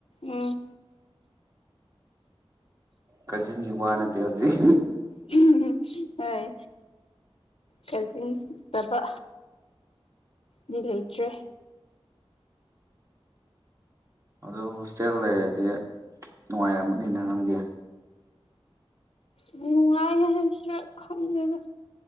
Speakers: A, on the left; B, on the right.
A: ꯎꯝ
B: ꯀꯖꯤꯟꯒꯤ ꯋꯥ ꯅꯠꯇꯦ ꯍꯧꯖꯤꯛ꯫
A: ꯎꯝ ꯍꯣꯏ ꯀꯖꯤꯟꯁ ꯇꯕ꯫ ꯗꯤ ꯂꯩꯇ꯭ꯔꯦ꯫
B: ꯑꯗꯣ ꯍꯣꯁꯇꯦꯜ ꯂꯩꯔꯗꯤ ꯅꯨꯡꯉꯥꯏꯔꯝꯒꯅꯤꯅ‌ꯦ ꯅꯪꯗꯤ
A: ꯅꯨꯡꯉꯥꯏ ꯍꯥꯏꯁꯤꯔ ꯈꯪꯗ‌ꯦꯗ꯫